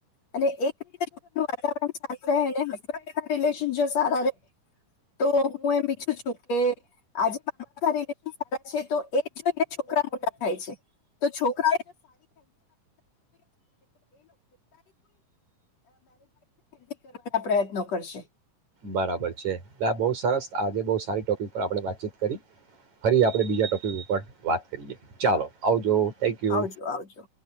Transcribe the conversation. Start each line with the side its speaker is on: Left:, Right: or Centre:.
Left: અને એક રીતેનું વાતાવરણાંત શાંત રહે <unintelligible> રિલેશન જો સારા રહે, તો હું એમ ઈચ્છું છું કે આજના <unintelligible> છે તો એ જોઈ છોકરા મોટા થાય છે. તો છોકરા <unintelligible> પ્રયનો કરશે
Right: બરાબર છે. આ બહુ સરસ આજે બહુ સારી ટોપિક પર આપણે વાતચીત કરી. ફરી આપણે બીજા ટોપિક ઉપર વાત કરીએ. ચાલો આવજો. થેન્ક યુ
Left: આવજો આવજો.